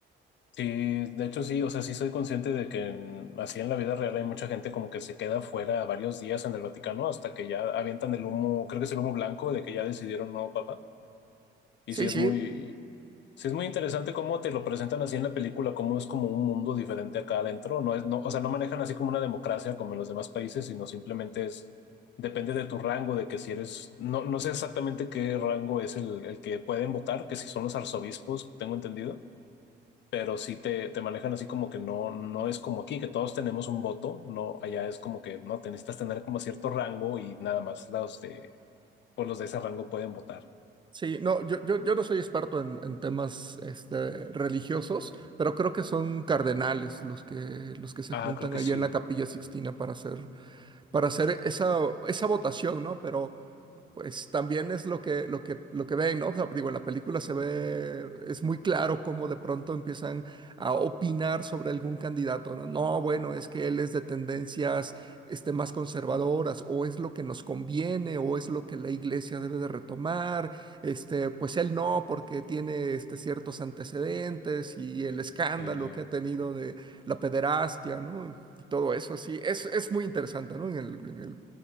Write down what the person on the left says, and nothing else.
Sí, de hecho sí, o sea, sí soy consciente de que en- así en la vida real hay mucha gente como que se queda fuera varios días en el Vaticano hasta que ya avientan el humo, creo que es el humo blanco de que ya decidieron no papa. Y
sí es
muy, sí es muy interesante cómo te lo presentan así en la película, cómo es como un mundo diferente acá adentro. No es, no, o sea, no manejan así como una democracia como en los demás países, sino simplemente es, depende de tu rango, de que si eres, no, no sé exactamente qué rango es el, el que pueden votar, que si son los arzobispos, tengo entendido pero sí te, te manejan así como que no, no es como aquí, que todos tenemos un voto, no, allá es como que no, te necesitas tener como cierto rango y nada más los de, pues los de ese rango pueden votar.
Ah,
creo que
sí.
sí.